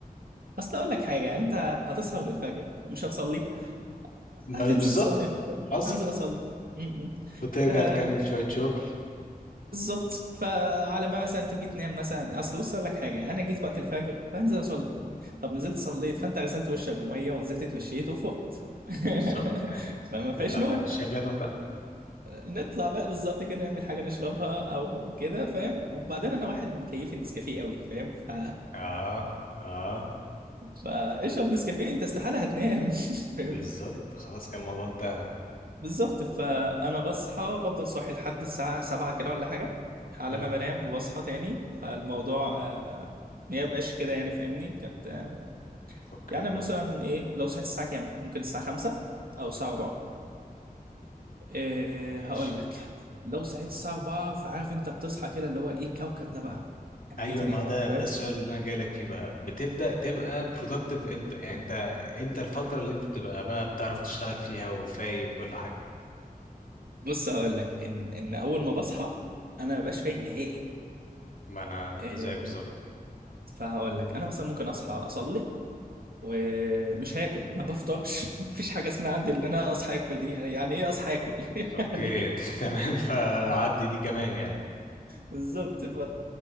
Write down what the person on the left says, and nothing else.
ب-
بالظبط
حصل
وترجع
تكمل شويه شغل
بالظبط
يعني
تطلع
تعمل شاي بلبن بقى
اه اه
بالظبط خلاص كان الموضوع انتهى
اه
اوكي
ماشي
ايوه
ما
ده ده
السؤال اللي انا جاي لك فيه بقى بتبدا تبقى productive امتى يعني انت امتى الفتره اللي انت بتبقى بقى بتعرف تشتغل فيها وفايق وكل حاجه
ما انا
زيك بالظبط
اوكي
<laughs> تمام فعدي دي كمان يعني